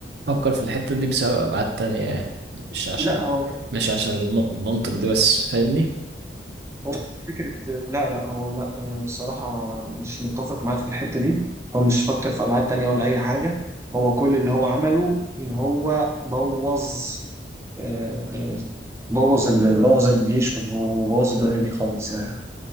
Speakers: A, on the right; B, on the right.
A: فكر في الحتة دي بسبب أبعاد تانية يعني مش عشان
B: لا هو
A: مش عشان الم- المنطق ده بس فاهمني
B: هو مش فكره لا لا هو لا انا الصراحه مش متفق معاك في الحته دي هو مش فكر في ابعاد تانيه ولا اي حاجه هو كل اللي هو عمله ان هو بوظ آه، بوظ ال- بوظ الجيش وبوظ الدنيا دي خالص يعني